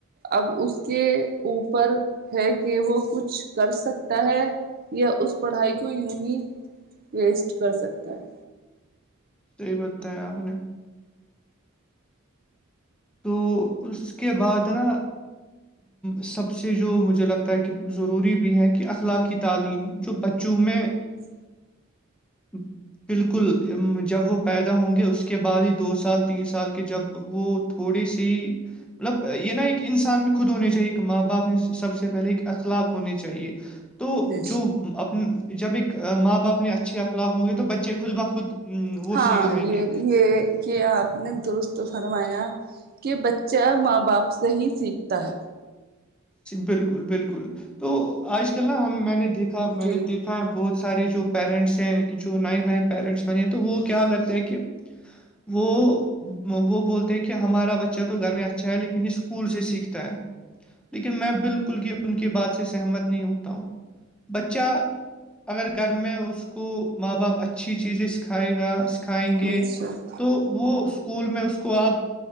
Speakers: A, on the right; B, in the centre.
A: اب اس کے اوپر ہے کہ وہ کچھ کر سکتا ہے یا اس پڑھائی کو یوں ہی ویسٹ کر سکتا ہے
B: صحی بتتایا آپ نے <unintelligible> تو اس کے بعد ہے نا سب سے جو مجھے لگتا ہے کہ ضروری بھی ہے کہ اخلاقی تعلیم جو بچوں میں
A: ا
B: ہی بالکل جب وہ پیدا ہوں گے اس کے بعد ہی دو سال تین سال کے جب وہ تھوڑی سی مطلب یہ نا ایک انسان میں خود ہونے چاہیے ایک ماں باپ میں سب سے پہلے ایک اخلاق ہونے چاہیے تو
A: بے
B: جو
A: شک
B: جب ایک ماں باپ نے اچھے اخلاق ہوں گے تو بچے خود بخود ام، وہ
A: ہاں
B: سیکھ جائیں
A: یہ
B: گے
A: یہ یہ آپ نے درست فرمایا کہ بچہ ماں باپ سے ہی سیکھتا ہے
B: بالکل بالکل تو آج کل نا ہم میں نے دیکھا میں
A: جی
B: نے دیکھ ہاں بہت سارے جو پیرنٹس ہیں جو نئے نئے پیرنٹس بنے ہیں تو وہ کیا کرتے ہیں کہ وہ وہ بولتے ہیں کہ ہمارا بچہ تو گھر میں اچھا ہے لیکن یہ اسکول سے سیکھتا ہے لیکن میں بالکل بھی ان کی بات سے سہمت نہیں ہوتا ہوں بچہ اگر گھر میں اس کو ماں باپ اچھی چیزیں سکھائے گا کھائیں گے
A: بے شک
B: تو وہ اسکول میں اس کو آپ